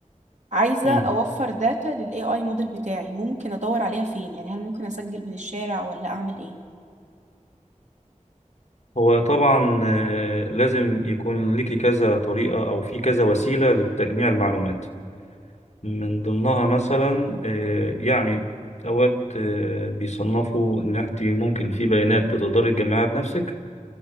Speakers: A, on the right; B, on the left.
A: عايزة
B: مم.
A: اوفر داتا لل AI موديل بتاعي ممكن ادور عليها فين يعني هل ممكن اسجل من الشارع ولا اعمل ايه
B: هو طبعا آه، لازم يكون ليكي كذا طريقة او في كذا وسيلة لتجميع المعلومات من ضمنها مثلا آه، يعني اوقات آه، بيصنفوا ان انت ممكن في بيانات بتقدري تجمعها بنفسك